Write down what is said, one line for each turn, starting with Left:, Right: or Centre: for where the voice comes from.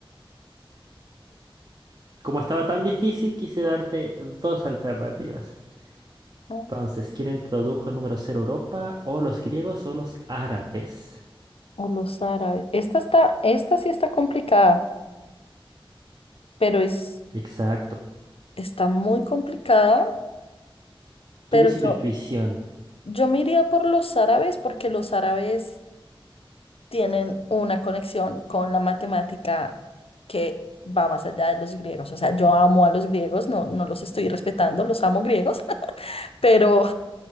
Right: Como estaba tan difícil, quise darte dos alternativas.
Left: bueno.
Right: Entonces, ¿quién introdujo el número cero a Europa? ¿O los griegos o los árabes?
Left: O los árabes. Esta está, esta sí está complicada, pero es,
Right: Exacto.
Left: está muy complicada, pero
Right: ¿Qué dice
Left: yo,
Right: tu intuición?
Left: yo me iría por los árabes porque los árabes tienen una conexión con la matemática que va más allá de los griegos. O sea, yo amo a los griegos, no, no los estoy respetando, los amo griegos, <laughs> pero,